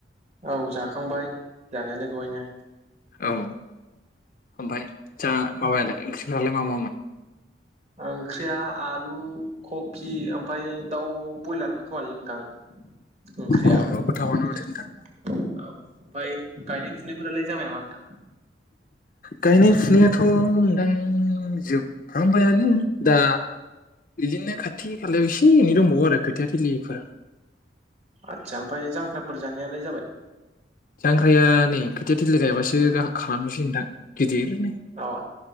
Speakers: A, on the right; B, on the left.
A: औ जाखांबाय जानायालाय दहायनो
B: औ ओमफ्राय जा माबायालाय ओंख्रिफ्रालाय मा मामोन
A: ओंख्रिया आलु कफि ओमफ्राय दाउ ब्रयलारमोन खोमालै नोंथां ओंख्रिया
B: अ
A: औ
B: गोथावानो माथो नोंथां
A: ओमफ्राय गायनाय फुनायफोरालाय जाबाय नामा नोंथां
B: गायनाय फुनायाथ'नोंथां जोबफ्रामबायानो दा इदिनो खाथि खालायाव एसे एनै दंबावो आरो खोथिया थलिफोर
A: आदसा ओमफ्राय जांख्राफोर जानायालाय जाबाय
B: जांख्राया नै खोथिया थिलि गायबासो खालामनोसै नोंथां गिदिरनो
A: अ